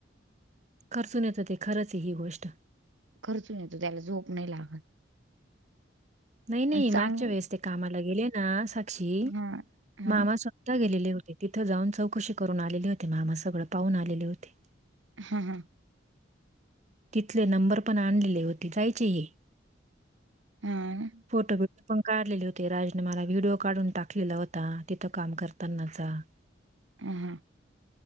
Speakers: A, on the right; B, on the right.
A: खर्चून येतो कि खरंच आहे ही गोष्ट.
B: खर्चून येतो त्याला झोप नाही लागत.
A: नई नई
B: आणि चांग
A: मागच्या वेळेस् ते कामाला गेले ना साक्षी
B: हा हा
A: मामा स गेलेले होते तिथं जाऊन चौकशी करून आलेले होते मामा सगळं पाहून आलेले होते.
B: ह्ये ह्ये
A: तिथले नंबर पण आणलेले होते जायचे हे
B: हा
A: फोटो बी पण काढलेली होते राजने मला व्हिडिओ काढून टाकलेला होता तिथं काम करतांनाचा. <inaudible>
B: ऍ हा